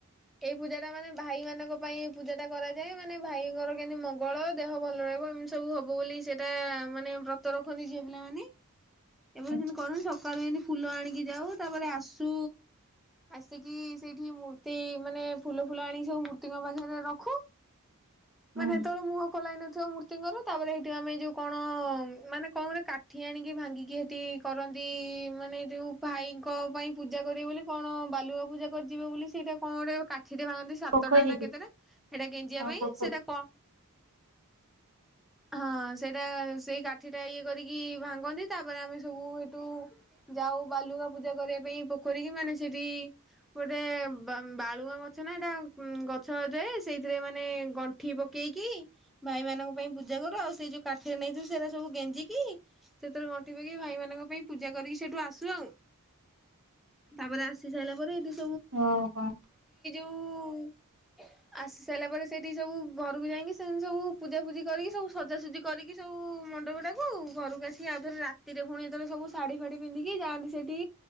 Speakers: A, in the centre; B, on the right (about 65°).
A: ଏଇ ପୂଜାଟା ମାନେ ଭାଇମାନଙ୍କ ପାଇଁ ପୂଜାଟା କରାଯାଏ ମାନେ ଭାଇଙ୍କର କେମତି ମଙ୍ଗଳ ଦେହ ଭଲ ରହିବ ଏମିତି ସବୁ ହବ ବୋଲି ସେଟା ମାନେ ବ୍ରତ ରଖନ୍ତି ଝିଅ ପିଲାମାନେ। ଏମାନେ
B: ଆଚ୍ଛା
A: ସେନ୍ତି କରନ୍ତି ସକାଳୁ ଏନି ଫୁଲ ଆଣିକି ଯାଉ ତାପରେ ଆସ୍ ଟୁ ଆସିକି ସେଇଠି ମୂର୍ତ୍ତି ମାନେ ଫୁଲ ଫୁଲ ଆଣିକି ସବୁ ମୂର୍ତ୍ତିଙ୍କ ପାଖରେ ରଖୁ।
B: ହଁ
A: ମାନେ ହେତୋଳ ମୁହଁ ଖୋଲା ହେଇନ ଥିବ ମୂର୍ତ୍ତିଙ୍କର ତାପରେ ହେଇଠି ଆମେ ଏଇ ଯୋଉ କଣ ମାନେ କଣ ଗୋଟେ କାଠି ଆଣିକି ଭାଙ୍ଗିକି ହେଟି କରନ୍ତି ମାନେ ଯୋଉ ଭାଇଙ୍କ ପାଇଁ ପୂଜା କରିବେ ବୋଲି କଣ ବାଲୁକା ପୂଜା କରିିଯିବେ ବୋଲି ସେଇଟା କଣ ଗୋଟେ କା ଖିଟି ମାଗନ୍ତି ସାତଟା
B: ପୋଖରୀ
A: ନା
B: କି
A: କେତେଟା ହେଟା ଗେଞ୍ଜିବା
B: ହଁ
A: ପାଇଁ
B: ପୋଖରୀ
A: ସେଟା କ ହଁ ସେଇଟା ସେଇ କାଠିଟା ଇଏ କରିକି ଭାଙ୍ଗନ୍ତି। ତାପରେ ଆମେ ସବୁ ହେଟୁ ଯାଉ ବାଲୁକା ପୂଜା କରିବା ପାଇଁ ପୋଖରୀ କି ମାନେ ସେଠି ଗୋଟେ ବା ବାଳୁଙ୍ଗା ଗଛ ନାଁ ହେଟା କୁଁ ଗଛଟେ ସେଇଥିରେ ମାନେ ଗଣ୍ଠି ପକେଇକି ଭାଇମାନଙ୍କ ପାଇଁ ପୂଜା କରୁ ଆଉ ସେଇ ଯୋଉ କାଠିଏ ନେଇଥିବୁ ସେରା ସବୁ ଗେଞ୍ଜିକି ସେଥିରେ ଗଣ୍ଠି ପକେଇ ଭାଇମାନଙ୍କ ପାଇଁ ପୂଜା କରିକି ସେଇଠୁ ଆସୁ ଆଉ। ତାପରେ ଆସି ସାଇଲା ପରେ ଏଠି
B: ଓହୋ।
A: ଉ ଉ ଆସି ସାରିଲା ପରେ ସେଇଠିକି ସବୁ ଘରକୁ ଯାଇକି ସେଠି ସବୁ ପୂଜା ଫୂଜି କରିକି ସବୁ ସଜାସଜି କରିକି ସବୁ ମଣ୍ଡପ ଟାକୁ ଘରକୁ ଆସିକି ଆଉ ଥର ରାତିରେ ପୁଣି ଯେତେବେଳେ ସବୁ ଶାଢୀ ଫାଢୀ ପିନ୍ଧିକି ଯାଆନ୍ତି ସେଠି